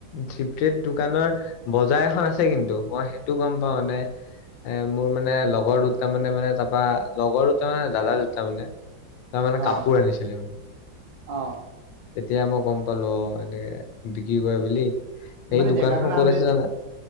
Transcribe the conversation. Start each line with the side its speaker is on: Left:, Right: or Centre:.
Left: থ্ৰীফ্টেড দোকান ৰ বজাৰ এখন আছে কিন্তু মই সেইটো গম পাওঁ এনে এ মোৰ মানে লগৰ দুটামানে মানে তাৰপৰা, লগৰ দুটা মানে দালাল দুটা মানে তাৰ মানে
Right: অ
Left: কাপোৰ আনিছিলে মানে।
Right: অ'।
Left: তেতিয়া মই গম পালো। অ' এনেকে বিক্ৰী কৰে বুলি। এই
Right: মানে
Left: দোকানখন
Right: জেগাটোৰ নামটো
Left: ক'ত আছে জানা?